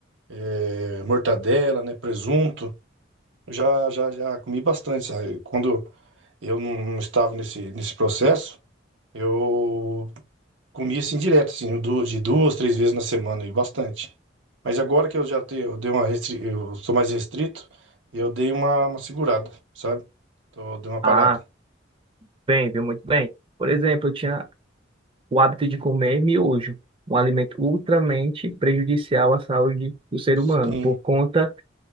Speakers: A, on the right; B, on the right.
A: é, mortadela, né? Presunto. Já, já, já comi bastante, sabe? Quando eu não estava nesse, nesse processo, eu comia assim direto, assim, du- de duas, três vezes na semana e bastante. Mas agora que eu já tenho, eu dei uma restri... eu sou mais restrito, eu dei uma, uma segurada, sabe? Então, eu dei uma parada.
B: Ah, bem, viu? Muito bem. Por exemplo, eu tinha o hábito de comer miojo, um alimento ultramente prejudicial à saúde do ser humano,
A: Sim,
B: por conta